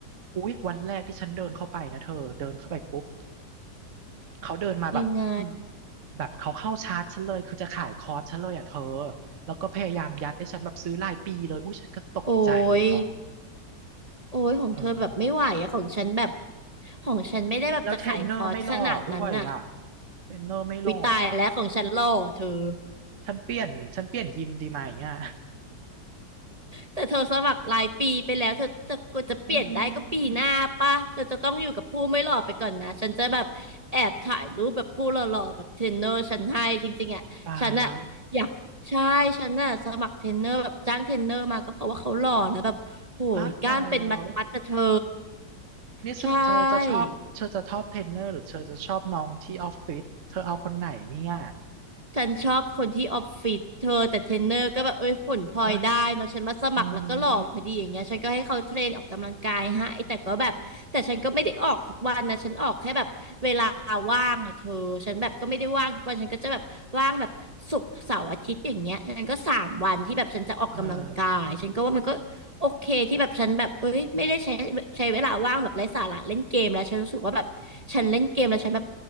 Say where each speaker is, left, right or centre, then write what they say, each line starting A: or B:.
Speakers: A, on the right; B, on the right.
A: อุ๊ยวันแรกที่ฉันเดินเข้าไปนะเธอเดินเข้าไปปุ๊บเขาเดินมาแบบคือ
B: ยังไง
A: แบบเขาเข้าชาร์จฉันเลยคือจะขายคอร์สฉันเลยอ่ะเธอแล้วก็พยายามยัดให้ฉันแบบซื้อรายปีเลยอุ้ยฉันก็ตกใจเนาะ
B: โอ้ยโอ้ยของเธอแบบไม่ไหวอะของฉันแบบ
A: เออ
B: ของฉันไม่ได้แบบจะขายคอร์สขนาดนั้นน่ะ
A: แล้วเทรนเนอร์ไม่หล่อด้วยอ่ะเทรนเนอร์ไม่หล่ออ่ะ
B: อุ้ยตายแล้วของฉันหล่อเธอ
A: ฉันเปลี่ยนฉันเปลี่ยนยิมดีไหมอ่ะ
B: แต่เธอสมัครรายปีไปแล้วเธอจะกว่าจะเปลี่ยนได้ก็ปีหน้าป่ะเธอจะต้องอยู่กับผู้ไม่หล่อไปก่อนนะฉันจะแบบแอบถ่ายรูปแบบผู้หล่อๆแบบเทรนเนอร์ฉันให้จริงๆอ่ะฉันอ่ะอยากใช่ฉันอ่ะสมัครเทรนเนอร์แบบจ้างเทรนเนอร์มาก็เพราะว่าเขาหล่อแล้วแบบโหยกล้ามเป็นมัดๆแต่เธอ
A: อืมตายแล้วอ่ะตายแล้วนี่สรุปเธอจะชอบเธอจะชอบเทรนเนอร์หรือเธอจะชอบน้องที่ออฟฟิศเธอเอาคนไหนเนี่ย
B: ใช่ ฉันชอบคนที่ออฟฟิศเธอแต่เทรนเนอร์ก็แบบเอ้ยผลพลอยได้เนาะฉันมาสมัครแล้วก็หลอกพอดีอย่างเงี้ยฉันก็ให้เขาเทรนออกกำลังกายให้แต่ก็แบบแต่ฉันก็ไม่ได้ออกทุกวันนะฉันออกแค่แบบเวลาว่างอะเธอฉันแบบก็ไม่ได้ว่างทุกวันฉันก็จะแบบว่างแบบศุกร์เสาร์อาทิตย์อย่างเงี้ยฉันก็สามวันที่แบบฉันจะออกกำลังกายฉันก็ว่ามันก็
A: เอ้ย อ๋อยเออ
B: โอเคที่แบบฉันแบบเอ้ยไม่ได้ใช้ใช้เวลาว่างแบบไร้สาระเล่นเกมแล้วฉันรู้สึกว่าแบบฉันเล่นเกมแล้วฉันแบบ